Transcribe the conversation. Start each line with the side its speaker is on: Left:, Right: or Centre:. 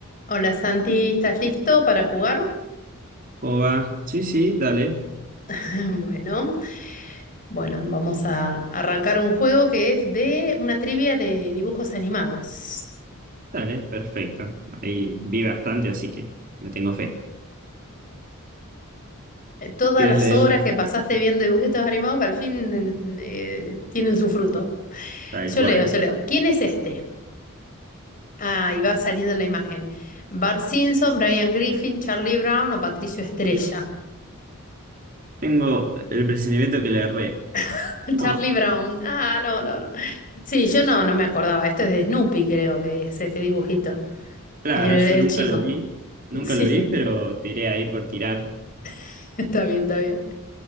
Left: Hola Santi, ¿estás listo para jugar?
Right: ¿Cómo va? Sí, sí, dale,
Left: <laughs> Bueno, bueno, vamos a arrancar un juego que es de una trivia de dibujos animados.
Right: dale, perfecto. Ahí vi bastante, así que me tengo fe.
Left: Eh, Todas
Right: ¿Quieres
Left: las
Right: leerla?
Left: horas que pasaste viendo dibujitos animados al fin eh, tienen su fruto.
Right: Tal
Left: Yo
Right: cual.
Left: leo, yo leo. ¿Quién es este? Ah, y va saliendo la imagen. Bart Simpson, Brian Griffin, Charlie Brown o Patricio Estrella.
Right: Tengo el presentimiento que le erré.
Left: <laughs>
Right: No,
Left: Charlie Brown. Ah, no, no, no. Sí, yo no, no me acordaba. Esto es de Snoopy, creo que es este dibujito.
Right: claro,
Left: el
Right: yo
Left: el
Right: nunca
Left: chico.
Right: lo vi, nunca
Left: Sí,
Right: lo vi, pero tiré ahí por tirar.
Left: <laughs> está bien, está bien.